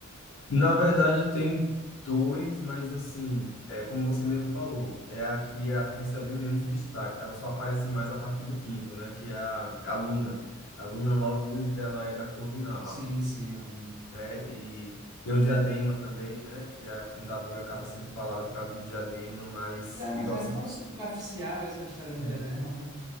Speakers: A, on the left; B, on the right.
A: Na verdade tem dois, mas assim, é como você mesmo falou, é a que a- recebe menos destaque. Ela só aparece mais a partir do quinto, né? Que é a, a Luna. A Luna Lovegood, ela é da Corvinal.
B: Sim, sim. eu-
A: né? E tem o Diadema também, né? Que a fundadora acaba sendo falada por causa do Diadema, mas
B: Mas é, mas
A: igual
B: é
A: você
B: tão
A: falou,
B: superficial essa história do
A: é
B: diadema, né?